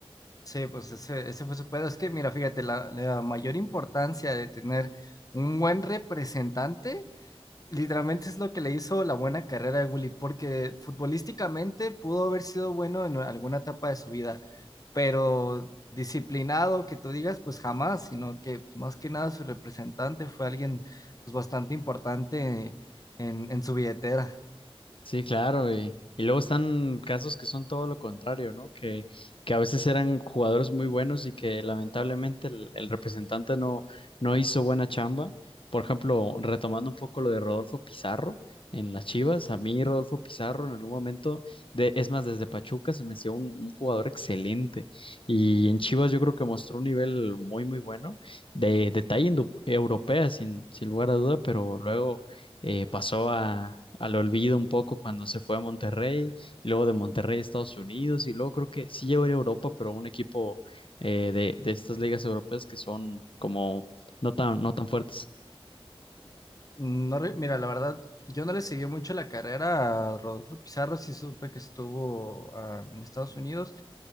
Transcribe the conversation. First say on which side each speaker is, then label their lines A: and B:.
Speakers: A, on the left; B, on the left.
A: sí, pues ese, ese fue su pedo, es que mira, fíjate, la, la mayor importancia de tener un buen representante Literalmente es lo que le hizo la buena carrera de Willy, porque futbolísticamente pudo haber sido bueno en alguna etapa de su vida, pero disciplinado que tú digas, pues jamás, sino que pues, más que nada su representante fue alguien pues bastante importante en, en su billetera.
B: Sí, claro, y, y luego están casos que son todo lo contrario, ¿no? Que, que a veces eran jugadores muy buenos y que lamentablemente el, el representante no, no hizo buena chamba. Por ejemplo, retomando un poco lo de Rodolfo Pizarro en las Chivas, a mí Rodolfo Pizarro en algún momento, de, es más, desde Pachuca se me hacía un, un jugador excelente y en Chivas yo creo que mostró un nivel muy, muy bueno, de, de talla indu- europea sin, sin lugar a duda, pero luego eh, pasó a, al olvido un poco cuando se fue a Monterrey, y luego de Monterrey a Estados Unidos, y luego creo que sí llegó a ir a Europa, pero a un equipo eh, de, de estas ligas europeas que son como no tan, no tan fuertes.
A: No, re- mira, la verdad, yo no le seguí mucho la carrera a Rodolfo Pizarro, sí supe que estuvo ah, en Estados Unidos